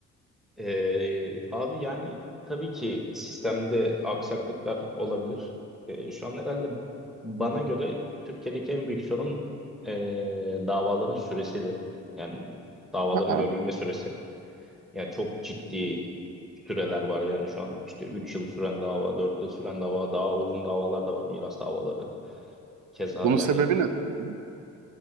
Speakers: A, in the centre; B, on the right.
A: Ee, abi yani tabii ki sistemde aksaklıklar olabilir. Ee, şu an herhalde bana göre Türkiye'deki en büyük sorun ee, davaların süresidir. Yani davaların
B: Aha.
A: görülme süresi. Ya çok ciddi süreler var yani şu an işte 3 yıl süren dava, 4 yıl süren dava, daha uzun davalar da var miras davaları. Keza
B: Bunun
A: yani
B: sebebi ne sence?